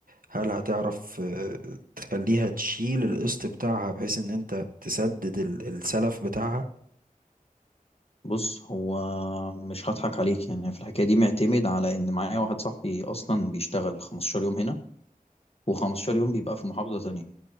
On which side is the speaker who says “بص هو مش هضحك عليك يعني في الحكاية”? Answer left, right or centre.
Left